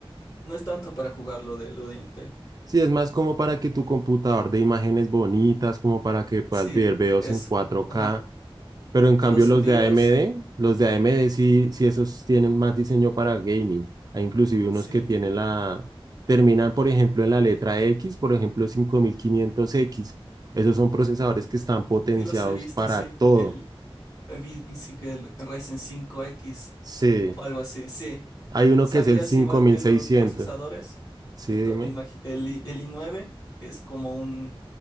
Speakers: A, on the left (about 40°); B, on the right (about 40°).
A: no es tanto para jugar lo de, lo de Intel.
B: Sí, es más como para que tu computador de imágenes bonitas, como para que puedas
A: Sí,
B: ver videos
A: eso.
B: en 4K,
A: Ajá.
B: pero en cambio
A: Pero sabías,
B: los de AMD, los de AMD sí, sí esos tienen más diseño para gaming. Hay inclusive unos
A: sí.
B: que tienen la, terminan por ejemplo en la letra X, por ejemplo 5500X. Esos son procesadores que están potenciados
A: Sí los he visto,
B: para
A: sí.
B: todo.
A: El, vi, sí que el Ryzen 5X
B: Sí,
A: o algo así, sí.
B: hay uno
A: ¿Sabías
B: que es el 5600.
A: igual que los procesadores?
B: Sí,
A: Ento-
B: dime.
A: imagi- el, i- el i9 es como un,